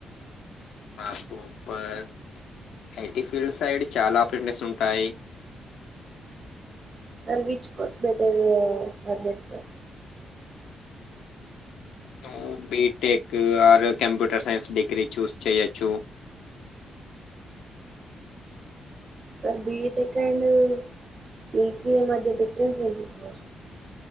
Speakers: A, on the left (about 70°); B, on the right (about 50°).
A: super IT field side చాలా ఆపరేటనస్ ఉంటాయి
B: sir which course. Better for that sir
A: ఆ. BTech or computer science degree choose చేయొచ్చు
B: సార్ బిటెక్ అండ్ బిసీఏ మధ్య difference ఏంటింది sir